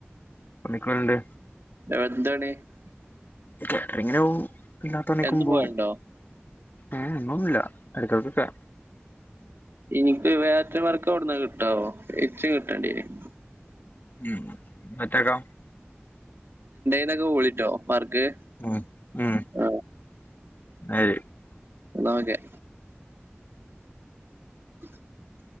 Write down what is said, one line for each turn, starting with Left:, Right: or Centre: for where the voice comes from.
Left: പുള്ളിക്ക് ഒഴിവുണ്ട്
Right: <unintelligible>
Left: കേട്രങ്ങിനോവും <unintelligible>
Right: എന്നും
Left: പോവും
Right: പോയണ്ടോ
Left: ഏഹ് എന്നൊന്നുല്ല എട്കെട്കൊക്കെ
Right: ഇനിക്ക് <unintelligible> വർക്ക്‌ <unintelligible> <unintelligible> ഇച് കിട്ടണ്ടീനു
Left: ഉം <unintelligible>
Right: <unintelligible> പർക്ക്
Left: ഉം ഉം
Right: ആ
Left: <unintelligible>
Right: എന്നാ ഒക്കെ <inaudible>